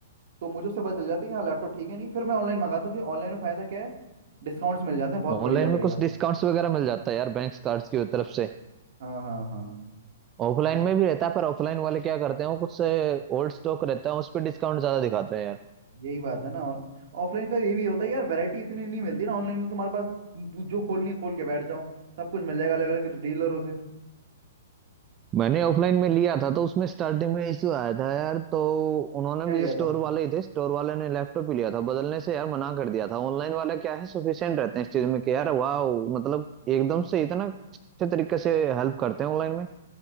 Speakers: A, on the right; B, on the right.
A: तो मुझे उससे पता चल जाता है कि हाँ लैपटॉप ठीक है नहीं फिर मैं ऑनलाइन मंगाता हूँ कि ऑनलाइन में फ़ायदा क्या है डिस्काउंट्स मिल जाते हैं बहुत
B: ऑनलाइन
A: बढ़िया बढ़िया
B: में कुछ डिस्काउंट्स वगैरह मिल जाता है यार बैंक कार्ड्स की तरफ से
A: हाँ हाँ हाँ
B: ऑफलाइन
A: ये-
B: में भी रहता है पर ऑफलाइन वाले क्या करते हैं वो कुछ ओल्ड स्टॉक रहता है उस पर डिस्काउंट ज्यादा दिखाते हैं यार
A: यही बात है ना और ऑफलाइन का ये भी होता है यार वैरायटी इतनी नहीं मिलती ना ऑनलाइन तो तुम्हारे पास तू जो खोलनी है, खोल के बैठ जाओ सब कुछ मिल जाएगा अलग अलग डीलरों से
B: मैंने ऑफलाइन में लिया था तो उसमें स्टार्टिंग में इशू आया था यार तो उन्होंने
A: क्या
B: भी
A: लिया
B: स्टोर
A: था
B: वाले ही थे स्टोर वाले ने लैपटॉप ही लिया था बदलने से यार मना कर दिया था ऑनलाइन वाला क्या है सफिशिएंट रहते हैं इस चीज में कि यार वाह मतलब एकदम
A: हम्म।
B: से इतना अच्छे तरीके से हेल्प करते हैं ऑनलाइन में